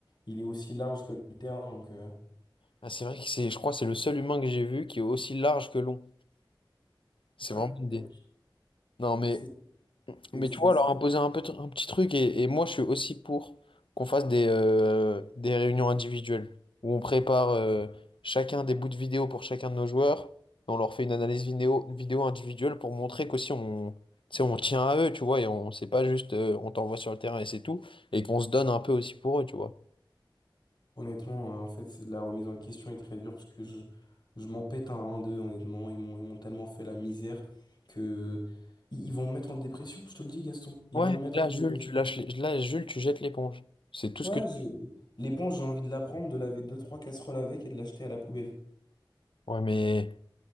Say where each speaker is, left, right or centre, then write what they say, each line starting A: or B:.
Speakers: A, on the left; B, on the left.
A: il est aussi large que le terrain. Donc, euh,
B: Ah, c'est vrai que c'est, je crois, que c'est le seul humain que j'ai vu qui est aussi large que long. C'est
A: ouais,
B: vraiment une idée.
A: euh,
B: Non, mais,
A: c'est, c'est,
B: mais
A: c'est-
B: tu vois,
A: c'est-
B: leur imposer un peu, un petit truc, et, et moi, je suis aussi pour qu'on fasse des, euh, des réunions individuelles où on prépare euh, chacun des bouts de vidéo pour chacun de nos joueurs, et on leur fait une analyse vidéo, vidéo individuelle pour montrer qu'aussi on, tu sais, on tient à eux, tu vois, et on, c'est pas juste euh, on t'envoie sur le terrain et c'est tout, et qu'on se donne un peu aussi pour eux, tu vois.
A: Honnêtement, euh, en fait, c'est- la remise en question est très dure parce que je, je m'en pète un 1 d'eux, honnêtement. Ils m'ont, ils m'ont tellement fait la misère que ils, ils vont me mettre en dépression, je te le dis, Gaston. Ils
B: Ouais,
A: vont me
B: mais
A: mettre
B: là,
A: en dépression.
B: Jules, tu lâches les- là, Jules, tu jettes l'éponge. C'est tout
A: Ouais,
B: ce que tu...
A: je- l'éponge, j'ai envie de la prendre, de laver deux trois casseroles avec et de l'acheter à la poubelle.
B: Ouais, mais...